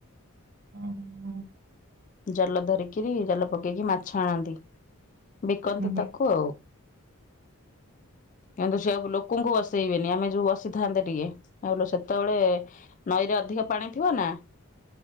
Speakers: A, on the right; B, on the left.
A: ଓୋ <inaudible>
B: ଜାଲ ଧରିକିରି ଜାଲ ପକେଇକି ମାଛ ଆଣନ୍ତି ବିକନ୍ତି
A: ହଁ।
B: ତାକୁ। କିନ୍ତୁ ସେୟାକୁ ଲୋକଙ୍କୁ ଵା େଇବେନି <unintelligible> ଆମେ ଯୋଉ ବ ସିଥାନ୍ତେ ଟିକେ <unintelligible> ଯେତେବେଳେ ନଈରେ ଅଧିକ ପାଣି ଥିବ ନା ତ